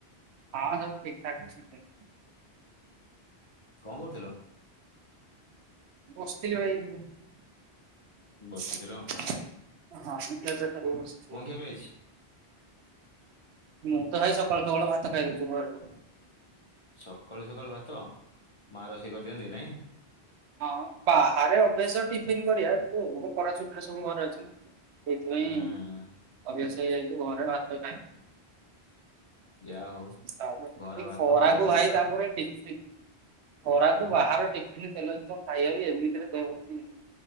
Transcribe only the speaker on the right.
ହଁ ସବୁ ଠିକ୍ ଠାକ୍। <unintelligible>
ବସିଥିଲି ଭାଇ ଏମ୍ତି। <unintelligible>
ହଁ <unintelligible>
ମୁଁ ତ ଭାଇ ସକାଳୁ ସକାଳୁ ଭାତ ଖାଇଦଉଛି ଘରରୁ।
ହଁ ବାହାରେ ଅଭ୍ୟାସ ଟିଫନ୍ କରିଆ <unintelligible> ଖରା ଛୁଟିରେ ସବୁ ଘରେ ଅଛନ୍ତି। ସେଇଥିପାଇଁ
ଅଭ୍ୟାସ ହେଇଯାଇଛି ଘରେ ଭାତ ଖାଇବା।
ତାପରେ
ଏ
ଖରାକୁ
ଭାଇ
ତାପରେ ଟିଫିନ୍ ଖରା
କୁ ବାହାର ଟିଫିନି ତେଲ ଜିନିଷ ଖାଇବା ବି ଏମିତିରେ ଦେହ ପ୍ରତି